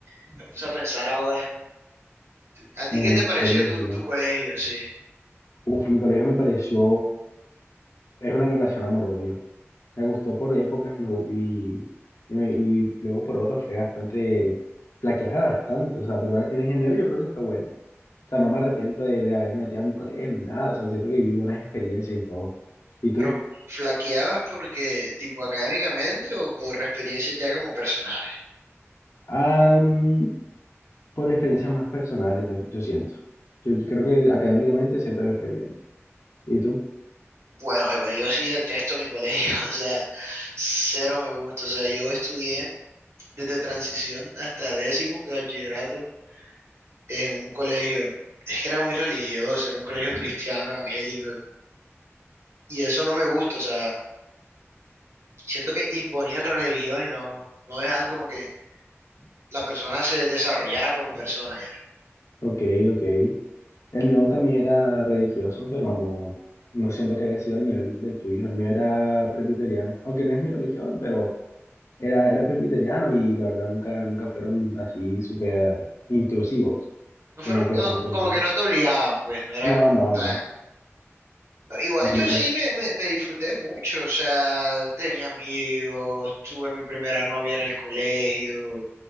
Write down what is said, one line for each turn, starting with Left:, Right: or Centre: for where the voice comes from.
Right: me puse a pensar ahora. ¿A ti
Left: En
Right: qué
Left: el
Right: te pareció
Left: colegio.
Right: tu, tu colegio? Sí,
Left: Uf, mi colegio me pareció, es una relación amor-odio. Me gustó por épocas y, me, y, y me- y luego por otras fue bastante, flaqueada bastante, o sea, pero en general yo creo que fue bueno. O sea, no me arrepiento de, de haberme metido a mi colegio ni nada, o sea, siento que viví buenas experiencias y todo. ¿Y tú?
Right: pero ¿flaqueabas porque tipo académicamente o por experiencias ya como personales?
Left: Am, por experiencias más personales, yo, yo siento. Yo creo que académicamente siempre me fue bien. ¿Y tú?
Right: Bueno, eh, yo sí detesto mi colegio, <laughs> o sea, cero me gusta, o sea, yo estudié desde transición hasta décimo de bachillerato en un colegio, es que era muy religioso, era un colegio cristiano, evangélico, y eso no me gusta, o sea, siento que imponían la religión y no, no dejaban como que la persona se desarrollara como persona ya.
Left: Ok, ok. El mío también era religioso, pero no, no siento que haya sido al nivel del tuyo. El mío era presbiteriano, aunque no es mi religión, pero era, era presbiteriano y la verdad nunca, nunca fueron así súper intrusivos
Right: No
Left: con
Right: fueron
Left: el crecimiento
Right: co-
Left: de
Right: como
Left: los otros.
Right: que no te obligaban, pues, no era
Left: No,
Right: como
Left: no,
Right: tan
Left: no,
Right: No, Igual
Left: nunca.
Right: yo sí me, me, me disfruté mucho, o sea, tenía amigos, tuve mi primera novia en el colegio,